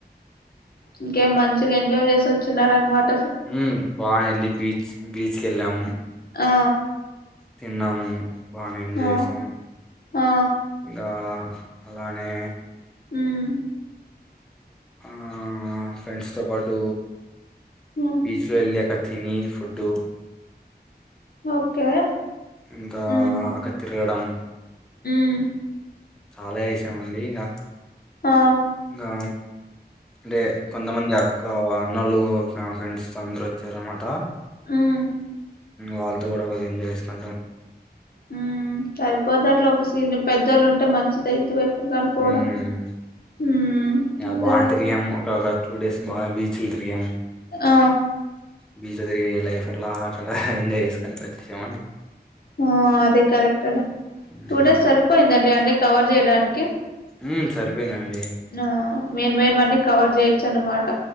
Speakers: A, on the left; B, in the centre.
A: ఇంకేం మంచిగా ఎంజాయ్ చేసి వచ్చిన్నారనమాట
B: హుమ్ బా ఎల్లి బీచ్ బీచ్కెల్లం
A: ఆ
B: తిన్నాము బానే ఎంజాయ్
A: ఆ
B: చేసినం
A: ఆ
B: ఇంకా బానే
A: ఉమ్
B: ఆ ఫ్రెండ్స్ తో పాటు
A: ఉమ్
B: బీచ్ లో ఎల్లి అక్కడ్ తినీ ఫుడ్డు
A: ఓకే
B: ఇంకా
A: ఉమ్
B: అకడ్ తిరగడం
A: ఉమ్
B: చాలా చేసామండి ఇంగా
A: ఆ
B: ఇంగా అంటే కొంతమంది అక్క అన్నలు ఫ్రెండ్స్ అందరు వచ్చారనమాట
A: హుమ్
B: వాళ్ళతో కూడా కొంచెం ఎంజాయ్ చేసినా
A: హుమ్ సరిపోత ఇంట్లో ఒక సీన్యం పెద్ధోలుంటే మంచిదైత అనుకోవడం
B: ఉమ్
A: హుమ్
B: ఇంకా
A: అదే
B: బాగా తిరిగాము ఒక ఒక టూ డేస్ బాగా బీచ్లు తిరిగాం
A: ఆ
B: బీచ్ లో తిరిగి లైఫ్ అట్లా ఎంజాయ్ చేసుకుని వచ్చేసామండి
A: ఆ అదే కరెక్ట్ లే
B: ఉమ్
A: టూ డేస్ సరిపోయిందండి అనే కవర్ చేయడానికి
B: ఉమ్, సరిపోయిందండి
A: ఆ మేన్ మేన్ వన్నీ కవర్ చేయొచ్చు అనమాట